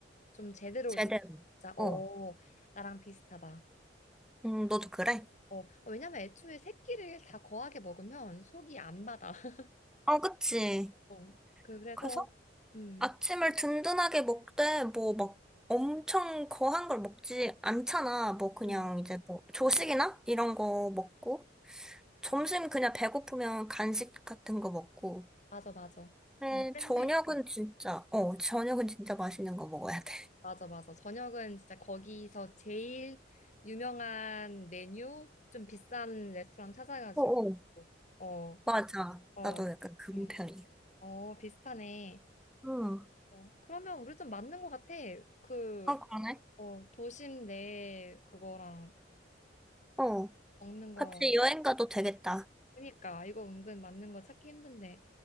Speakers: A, on the left; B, in the centre.
A: 좀 제대로
B: 제대로.
A: 되- 진짜 어
B: 어.
A: 나랑 비슷하다.
B: 음, 너도 그래?
A: 어 어, 왜냐면 애초에 세 끼를 다 거하게 먹으면 속이 안 받아. <laughs>
B: 어, 그치.
A: 어, 그 그래서
B: 그래서
A: 음,
B: 아침을 든든하게 먹되, 뭐, 막, 엄청 거한 걸 먹지 않잖아. 뭐, 그냥
A: 음.
B: 이제 뭐, 조식이나? 이런 거 먹고. 점심 그냥 배고프면 간식 같은 거 먹고.
A: 맞아, 맞아.
B: 근데
A: 뭐 샌드위치.
B: 저녁은 진짜, 어, 저녁은 진짜 맛있는 거 먹어야 돼.
A: 맞아, 맞아. 저녁은 진짜 거기서 제일 유명한 메뉴, 좀 비싼 레스토랑 찾아가지고.
B: 어어.
A: 어,
B: 맞아.
A: 어,
B: 나도 약간 그런
A: 응.
B: 편이야.
A: 어, 비슷하네.
B: 응.
A: 어, 그러면 우리 좀 맞는 것 같아. 그,
B: 아, 그러네.
A: 어, 도심 내 그거랑
B: 어.
A: 먹는 거.
B: 같이 여행 가도 되겠다.
A: 그러니까 이거 은근 맞는 거 찾기 힘든데.